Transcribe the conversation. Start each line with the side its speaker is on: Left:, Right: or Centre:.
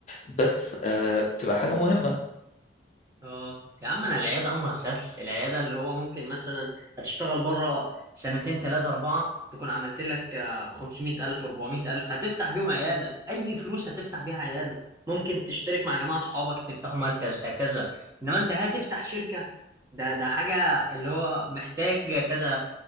Left: بس آه بتبقى حاجه مهمه
Right: اه يا عم انا العيادة امرها سهل العيادة اللي هو ممكن مثلا هتشتغل بره سنتين تلاتة اربعة تكون عملت لك آه، 500 الف 400 الف هتفتح بيهم عيادة اي فلوس هتفتح بيها عيادة ممكن تشترك مع جماعة اصحابك تفتحوا مركز هكذا انما انت هتفتح شركة ده ده حاجة اللي هو محتاجة كذا